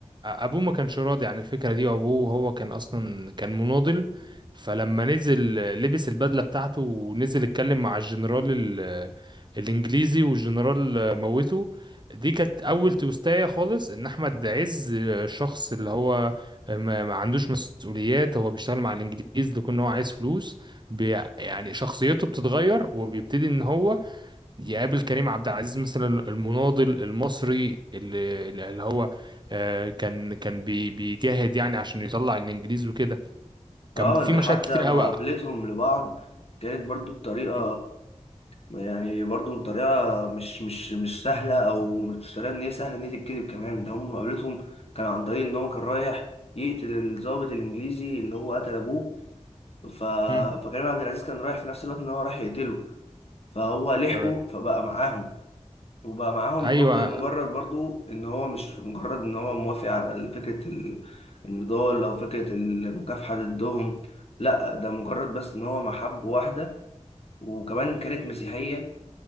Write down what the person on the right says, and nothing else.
ابوه ما كانش راضي عن الفكره دي وابوه هو كان اصلا كان مناضل فلما نزل لبس البدله بتاعته ونزل اتكلم مع الجنرال ال- الانجليزي والجنرال موته دي كانت اول توستايه خالص ان احمد عز شخص اللي هو ما ما عندوش مسؤوليات هو بيشتغل مع الانجليز لكون هو عايز فلوس بي يعني شخصيته بتتغير وبيبتدي ان هو يقابل كريم عبد العزيز مثلا المناضل المصري اللي, اللي هو آه، كان كان بي- بيجاهد يعني عشان يطلع الانجليز وكده كان
في
مشاهد
كتير
قوي
مم.
مم.
تمام
ايوه